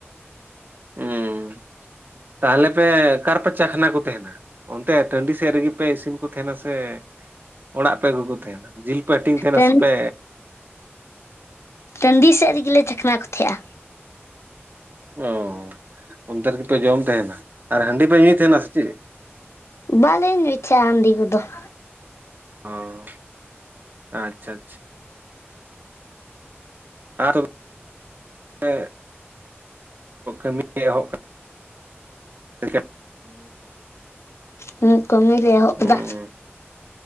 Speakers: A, on the right (about 45°); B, on the left (about 80°).
A: ᱩᱸ ᱛᱟᱦᱚᱞᱮ ᱯᱮ ᱚᱠᱟ ᱨᱮᱯᱮ ᱪᱟᱠᱷᱱᱟ ᱠᱚ ᱛᱟᱦᱮᱸᱱᱟ? ᱚᱱᱛᱮ ᱴᱟᱺᱰᱤ ᱥᱮᱫ ᱨᱮᱜᱮᱯᱮ ᱤᱥᱤᱱ ᱠᱚ ᱛᱟᱦᱮᱸᱱᱟ ᱥᱮ ᱚᱲᱟᱜ ᱯᱮ ᱟᱹᱜᱩ ᱠᱚ ᱛᱟᱦᱮᱸᱱᱟ ᱡᱤᱞ ᱾ ᱯᱮ ᱦᱟᱴᱤᱝ ᱛᱟᱦᱮᱸᱫ
B: ᱴᱟᱺᱰᱤ
A: ᱟ ᱥᱮ ᱯᱮᱼᱼ
B: ᱴᱟᱺᱰᱤ ᱥᱮᱫ ᱨᱮᱜᱮ ᱞᱮ ᱪᱟᱠᱷᱱᱟ ᱠᱚ ᱛᱟᱦᱮᱸᱜᱼᱟ ᱾
A: ᱚᱸ ᱚᱱᱛᱮ ᱨᱮᱜᱯᱮ ᱡᱚᱢ ᱛᱟᱦᱮᱸᱱᱟ ᱟᱨ ᱦᱟᱺᱰᱤ ᱯᱮ ᱧᱩᱭ ᱛᱟᱦᱮᱸᱱᱟ ᱥᱮ ᱪᱤᱫ?
B: ᱵᱟᱞᱮ ᱧᱩᱭ ᱛᱟᱦᱮᱸᱜᱼᱟ ᱦᱟᱺᱰᱤ ᱠᱚᱫᱚ ᱾
A: ᱚ ᱟᱪᱪᱷᱟᱼᱟᱪᱪᱷᱟ ᱾ ᱟᱨ ᱱᱛᱮ ᱟᱹᱢᱤ <unintelligible> ᱠᱚ <unintelligible> ᱮᱦᱚᱵ ᱟᱠᱟᱱᱟ? ᱮᱰ ᱠᱷᱟᱡ <unintelligible>
B: ᱦᱩᱸ ᱠᱟᱹᱢᱤᱞᱮ ᱮᱦᱚᱵ
A: ᱦᱩᱸ
B: ᱠᱮᱫᱟ ᱾